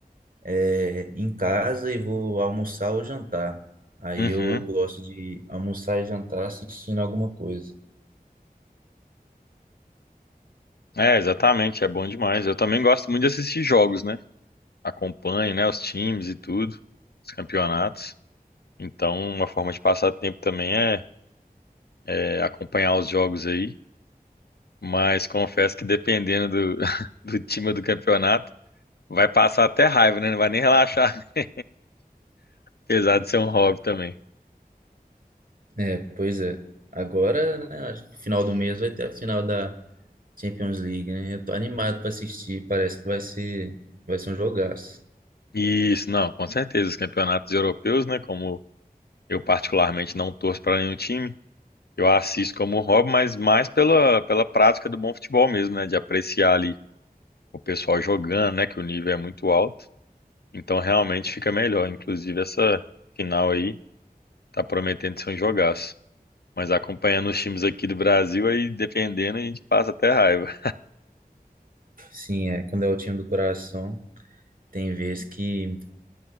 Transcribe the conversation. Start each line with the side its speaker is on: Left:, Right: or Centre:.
Right: é, em casa e vou almoçar ou jantar. Aí
Left: Uhum.
Right: eu, eu gosto de almoçar e jantar assistindo alguma coisa.
Left: É, exatamente, é bom demais. Eu também gosto muito de assistir jogos, né? Acompanho, né, os times e tudo, os campeonatos. Então, uma forma de passar tempo também é, é acompanhar os jogos aí. Mas confesso que dependendo do, <laughs> do time do campeonato, vai passar até raiva, né? Não vai nem relaxar, <laughs> apesar de ser um hobby também.
Right: É, pois é. Agora, né, acho que final do mês vai ter a final da Champions League, né? Eu tô animado pra assistir. Parece que vai ser, vai ser um jogaço.
Left: Isso, não, com certeza. Os campeonatos europeus, né? Como eu particularmente não torço para nenhum time, Eu assisto como hobby, mas mais pela, pela prática do bom futebol mesmo, né? De apreciar ali o pessoal jogando, né? Que o nível é muito alto. Então realmente fica melhor. Inclusive essa final aí tá prometendo ser um jogaço. Mas acompanhando os times aqui do Brasil, aí dependendo, a gente passa até raiva.
Right: Sim, é. Quando é o time do coração, tem vezes que